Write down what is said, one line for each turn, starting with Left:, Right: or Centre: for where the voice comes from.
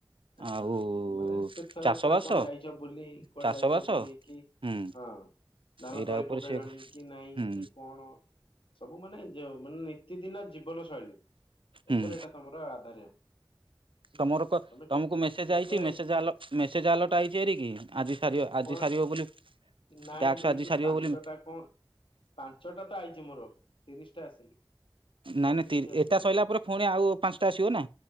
Left: ହଁ
Right: ଆଉ
Left: ମାନେ କେତେ ଥର
Right: ଚାଷବାସ
Left: କୁଆଡେ କଣ ଯାଇଛ, ବୁଲି କୁଆଡେ
Right: ଚାଷବାସ
Left: ଯାଇଛ ବୁଲି କି
Right: ହୁଁ
Left: ହଁ ଧାନ
Right: ଏଇଟା
Left: ତଳି
Right: ଉପରେ
Left: ପକେଇଲଣି
Right: ସିଏ
Left: କି ନାଇଁ
Right: ହୁଁ
Left: କି କଣ ସବୁ ମାନେ ମାନେ ନିତିଦିିନ ଜୀବନ ଶୈଳୀ ଉପରେ
Right: ହୁଁ
Left: ଏଇଟା ତମର ଆଧାର।
Right: ତମର କ
Left: ତମେ କେ
Right: ତମକୁ ମେସେଜ
Left: କେତେ
Right: ଆଇଛି, ମେସେଜ ମେସେଜ ଆଲର୍ଟ ଆଇଛି ଏରିକି ଆଜି ସାରିବ ଆଜି
Left: କଣ
Right: ସାରିବ ବୋଲି
Left: ନାଇଁ
Right: ଟ୍ୟାକ୍ସ
Left: ଦେଇଛି
Right: ଆଜି ସାରିବ
Left: ପାଞ୍ଚଟା
Right: ବୋଲି
Left: କଣ ପାଞ୍ଚଟା ତ ଆଇଛି ମୋର ତିରିଶ ଟା ଆସିନି। ସେମିତି
Right: ନାଇଁ ନାଇଁ
Left: କିଛି ଆସିନି
Right: ଏଟା ସଇଲା ପରେ ପୁଣି ଆଉ ପାଞ୍ଚଟା ଆସିବ ନା